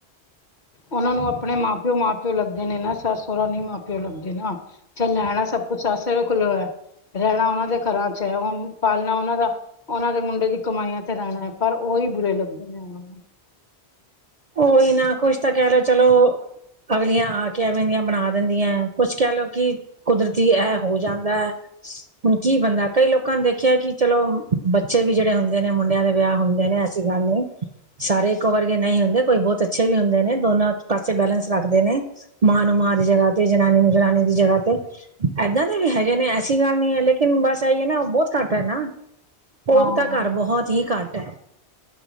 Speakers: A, on the left (about 50°); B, on the right (about 50°).
A: ਓਨਾਂ ਨੂੰ ਆਪਣੇ ਮਾਂ ਪਿਓ ਮਾਂ ਪਿ ਪਿਓ ਲੱਗਦੇ ਨੇ ਨਾ ਸੱਸ ਸੋਹਰਾ ਨੀ ਮਾਂ ਪਿਓ ਲੱਗਦੇ ਨਾ ਚੱਲ ਲੈਣਾ ਸਭ ਕੁੱਛ ਸੱਸ ਸਹਰੇ ਕੋਲੋਂ ਐ ਰਹਿਣਾ ਓਨਾਂ ਦੇ ਘਰਾਂ ਚ ਐ ਓ ਪਾਲਣਾ ਓਨਾਂ ਦਾ ਓਨਾਂ ਦੇ ਮੁੰਡੇ ਦੀ ਕਮਾਈਆਂ ਤੇ ਰਹਿਣਾ। ਪਰ ਓਈ ਬੁਰੇ ਲੱਗਦੇ ਨੇ ਓਨਾਂ ਨੂੰ।
B: ਓਹੀ ਨਾ ਕੁਛ ਤਾਂ ਕਹਿ ਲ ਚਲੋ ਅਗਲੀਆਂ ਆ ਕੇ ਐਵੇਂ ਦੀਆਂ ਬਣਾ ਦਿੰਦੀਆਂ। ਕੁੱਛ ਕਹਿ ਲਓ ਕਿ ਕੁਦਰਤ ਕਿ ਇਹ ਹੋ ਜਾਂਦਾ ਹੈ। ਹੁਣ ਕੀ ਬੰਦਾ ਕਈ ਲੋਕਾਂ ਨੇ ਦੇਖਿਆ ਕਿ ਚਲੋ, ਬੱਚੇ ਵੀ ਜਿਹੜੇ ਹੁੰਦੇ ਨੇ ਮੁੰਡਿਆਂ ਦੇ ਵਿਆਹ ਹੁੰਦੇ ਨੇ। ਅਛੀ ਗੱਲ ਏ। ਸਾਰੇ ਇੱਕੋ ਵਰਗੇ ਨਹੀਂ ਹੁੰਦੇ ਕੋਈ ਬਹੁਤ ਅੱਛੇ ਵੀ ਹੁੰਦੇ ਨੇ ਦੋਨਾਂ ਪਾਸੇ ਬੈਲੈਂਸ ਰੱਖ ਕਹਿਂਦੇ ਨੇ, ਮਾਂ ਨੂੰ ਮਾਂ ਦੀ ਜਗ੍ਹਾ ਤੇ, ਜਨਾਨੀ ਨੂੰ ਜਨਾਨੀ ਦੀ ਜਗ੍ਹਾ ਤੇ ਏਦਾਂ ਦੇ ਵੀ ਹੈਗੇ ਨੇ ਐਸੀ ਗੱਲ ਨੀ ਹੈ, ਲੇਕਿਨ ਬਸ ਇਹੀ ਹੈ ਨਾ, ਬਹੁਤ ਘੱਟ ਹੈ ਨਾ। ਉਹ
A: ਹਾਂ
B: ਤਾਂ ਘਰ ਬਹੁਤ ਹੀ ਘੱਟ ਹੈ।